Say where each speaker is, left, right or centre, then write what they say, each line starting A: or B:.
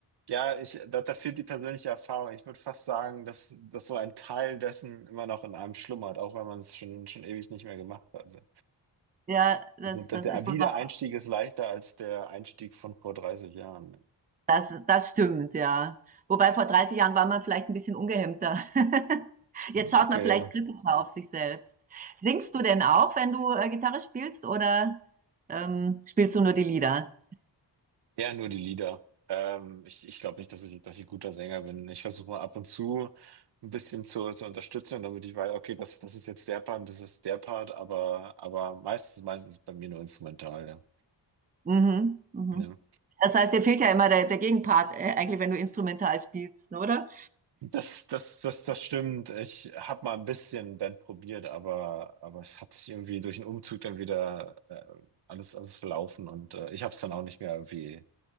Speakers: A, on the right; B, on the right.
A: ja, ich, da, da fehlt die persönliche Erfahrung. Ich würde fast sagen, dass, dass so ein Teil dessen immer noch in einem schlummert, auch wenn man es schon, schon ewig nicht mehr gemacht hat. ja.
B: Ja, das,
A: Also, dass
B: das
A: der
B: ist
A: Wiedereinstieg
B: wohl wahr.
A: ist leichter als der Einstieg von vor dreißig Jahren.
B: Das, das stimmt, ja. Wobei vor 30 Jahren war man vielleicht ein bisschen ungehemmter. <laughs>
A: Hm,
B: Jetzt schaut
A: Okay.
B: man vielleicht kritischer auf sich selbst. Singst du denn auch, wenn du äh, Gitarre spielst, oder ähm, spielst du nur die Lieder?
A: Ja, nur die Lieder. Ähm, ich ich glaube nicht, dass ich, dass ich guter Sänger bin. Ich versuche mal ab und zu ein bisschen zu, zu unterstützen, damit ich weiß, okay, das, das ist jetzt der Part und das ist der Part, aber, aber meistens, meistens ist bei mir nur instrumental, ja.
B: Mhm, mhm.
A: Ja.
B: Das heißt, dir fehlt ja immer der, der Gegenpart, äh, eigentlich, wenn du instrumental spielst, ne, oder?
A: Das, das, das, das stimmt. Ich habe mal ein bisschen Band probiert, aber, aber es hat sich irgendwie durch den Umzug dann wieder äh, alles, alles verlaufen und äh, ich habe es dann auch nicht mehr irgendwie